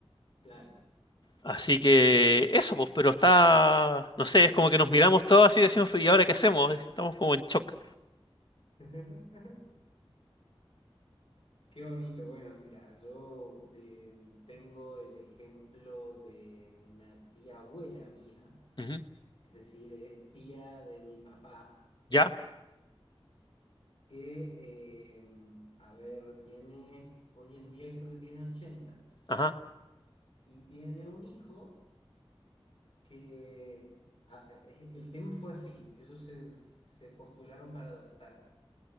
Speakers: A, on the left (about 65°); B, on the left (about 50°).
A: claro.
B: Así que eso, pues, pero está, no sé, es como que nos miramos todos así y decimos, ¿y ahora qué hacemos? Estamos como en shock.
A: <laughs> Qué bonito. Bueno, mira, yo eh, tengo el ejemplo de una tía abuela mía,
B: Ujú.
A: es decir, es tía de mi papá,
B: Ya,
A: que, eh, a ver, tiene, hoy en día creo que tiene 80
B: ajá,
A: y tiene un hijo que, a- eh, el tema fue así, ellos se, se postularon para adoptar.